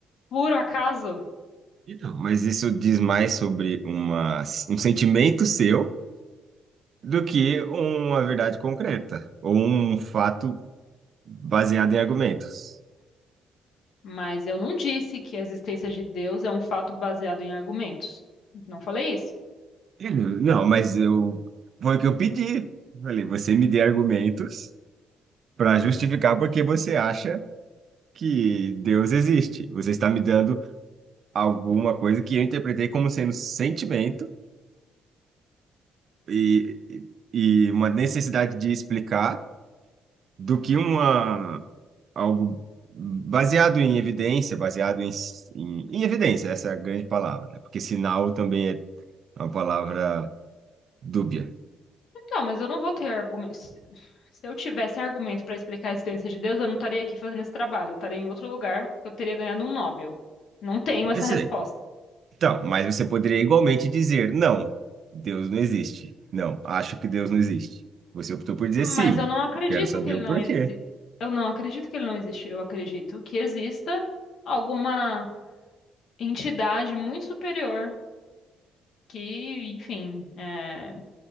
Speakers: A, on the left; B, on the right.
A: puro acaso.
B: Então, mas isso diz mais sobre uma, um sentimento seu do que uma verdade concreta ou um fato baseado em argumentos.
A: Mas eu não disse que a existência de Deus é um fato baseado em argumentos. Não falei isso.
B: Ele, não, mas eu foi o que eu pedi. Falei, você me dê argumentos para justificar porque você acha que Deus existe. Você está me dando alguma coisa que eu interpretei como sendo sentimento e, e e uma necessidade de explicar do que uma algo baseado em evidência, baseado em, em, em evidência, essa é a grande palavra, né? Porque sinal também é uma palavra dúbia.
A: Então, mas eu não vou ter argumentos. Se se eu tivesse argumento para explicar a existência de Deus, eu não estaria aqui fazendo esse trabalho. Eu estaria em outro lugar, porque eu teria ganhado um Nobel. Não tenho essa
B: Quer dizer,
A: resposta.
B: Então, mas você poderia igualmente dizer, não, Deus não existe. Não, acho que Deus não existe. Você optou por dizer
A: Mas
B: sim.
A: eu não acredito
B: Eu quero saber
A: que ele
B: o
A: não
B: porquê.
A: exi... Eu não acredito que ele não existe. Eu acredito que exista alguma entidade muito superior que, enfim, é,